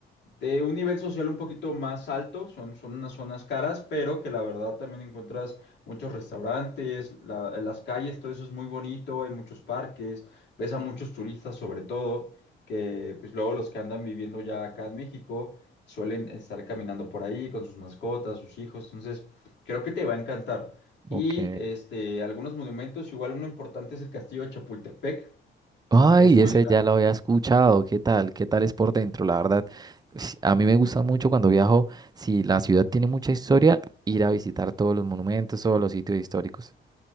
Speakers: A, on the left; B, on the right.
A: de un nivel social un poquito más alto, son, son unas zonas caras, pero que la verdad también encuentras muchos restaurantes, la- las calles, todo eso es muy bonito, hay muchos parques, ves a muchos turistas sobre todo, que pues luego los que andan viviendo ya acá en México suelen estar caminando por ahí con sus mascotas, sus hijos, entonces creo que te va a encantar. Y
B: Ok.
A: este, algunos monumentos, igual uno importante es el Castillo de Chapultepec,
B: Ay,
A: es muy
B: ese
A: grande
B: ya lo había escuchado. ¿Qué tal? ¿Qué tal es por dentro? La verdad, sí, a mí me gusta mucho cuando viajo, si la ciudad tiene mucha historia, ir a visitar todos los monumentos, todos los sitios históricos.